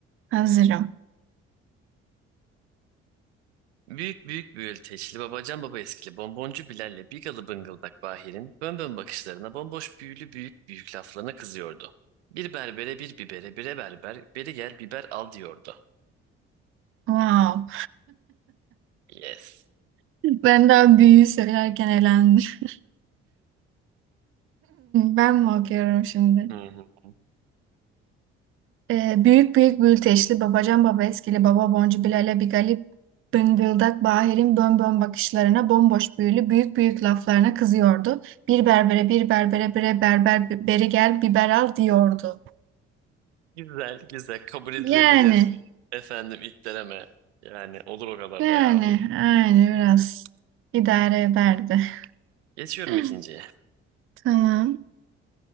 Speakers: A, on the right; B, on the right.
A: hazırım.
B: Büyük büyük büyülteçli babacan baba eskili bonboncu Bilal'le bigalı bıngıldak Bahir'in bön bön bakışlarına bomboş büyülü büyük büyük laflarına kızıyordu. Bir berbere bir bibere bire berber beri gel biber al diyordu.
A: Wow.
B: Yes.
A: Ben daha büyüğü söylerken eğlendim. <laughs> Ben mi okuyorum şimdi?
B: <laughs>
A: Ee, büyük büyük bülteşli babacan baba eskili baba boncu Bilal'e bir galip bıngıldak Bahir'in bönbön bakışlarına bomboş büyülü büyük büyük laflarına kızıyordu. Bir berbere bir berbere bire berber beri gel biber al diyordu.
B: Güzel, güzel. Kabul edilebilir.
A: Yani
B: Efendim ilk deneme. Yani olur o kadar
A: Yani
B: da yahu.
A: aynı biraz idare ederdi.
B: Geçiyorum
A: <laughs>
B: ikinciye.
A: Tamam.